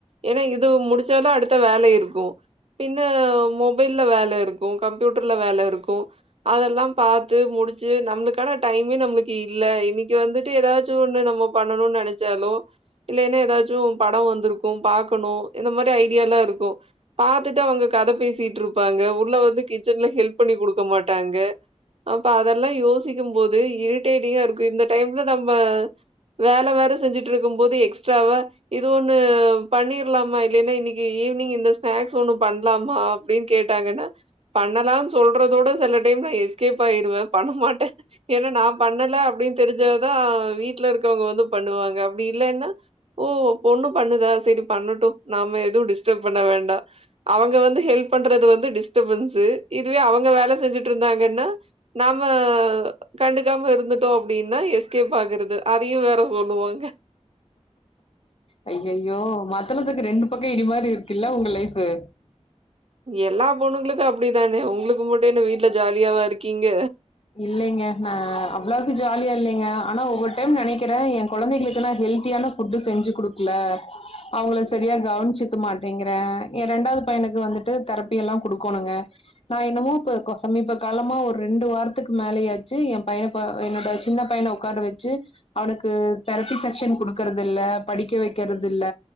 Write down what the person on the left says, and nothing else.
அய்யய்யோ மத்தலதுக்கு ரெண்டு பக்கம் இடி மாரி இருக்குல்ல உங்க லைஃபூ
இல்லைங்க நா அவ்லோக்கு ஜாலியா இல்லைங்க ஆனா ஒவ்வொரு டைம் நினைக்கிறே என் குழந்தைகளுக்கு நா ஹெல்த்தியான ஃபுட்டு செஞ்சு குடுக்கல அவங்கள சரியா கவனிச்சுக்க மாட்டேங்கறே எ ரெண்டாவது பையனுக்கு வந்துட்டு தெரப்பி எல்லா குடுக்கோணுங்க நா என்னமோ இப்ப கோசமீப காலமா ஒரு ரெண்டு வாரத் த்துகு மோலயாச்சு என் பைய ப என்னோட சின்ன பையன உட்கார வச்சு அவனுக்கு தெரபி செக்ஷன் குடுக்கறது இல்ல படிக்க வைக்கிறது இல்ல